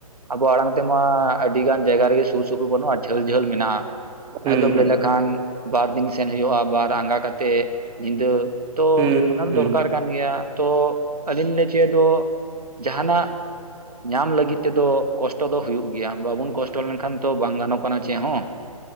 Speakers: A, on the right; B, on the right.
A: ᱟᱵᱚ ᱟᱲᱟᱝ ᱛᱮᱢᱟ ᱟᱹᱰᱤ ᱜᱟᱱ ᱡᱟᱭᱜᱟ ᱨᱮᱜᱮ ᱥᱩᱨ ᱥᱩᱯᱩᱨ ᱵᱟᱹᱱᱩᱜᱼᱟ ᱡᱷᱟᱹᱞ ᱡᱷᱟᱹᱞ ᱢᱮᱱᱟᱜᱼᱟ ᱾
B: ᱦᱩᱸ
A: ᱮᱠᱫᱚᱢ ᱞᱟᱹᱭ
B: ᱦᱩᱸ
A: ᱞᱮᱠᱷᱟᱱ ᱵᱟᱨ ᱫᱤᱱ ᱥᱮᱱ ᱦᱩᱭᱩᱜᱼᱟ ᱵᱟᱨ ᱟᱸᱜᱟ ᱠᱟᱛᱮᱫ ᱧᱤᱫᱟᱹ ᱛᱚ
B: ᱦᱩᱸ
A: ᱚᱱᱟ ᱫᱚ
B: ᱦᱩᱸ
A: ᱫᱚᱨᱠᱟᱨ ᱠᱟᱱ ᱜᱮᱭᱟ ᱛᱚ ᱟᱹᱞᱤᱧ ᱞᱟᱹᱭ ᱦᱚᱪᱚᱭ ᱫᱚ ᱡᱟᱦᱟᱱᱟᱜ ᱧᱟᱢ ᱞᱟᱹᱜᱤᱫ ᱛᱮᱫᱚ ᱠᱚᱥᱴᱚ ᱫᱚ ᱦᱩᱭᱩᱜ ᱜᱮᱭᱟ ᱵᱟᱵᱚᱱ ᱠᱚᱥᱴᱚ ᱞᱮᱱᱠᱷᱟᱱ ᱛᱚ ᱵᱟᱝ ᱜᱟᱱᱚᱜ ᱠᱟᱱᱟ ᱪᱮᱫ ᱦᱚᱸ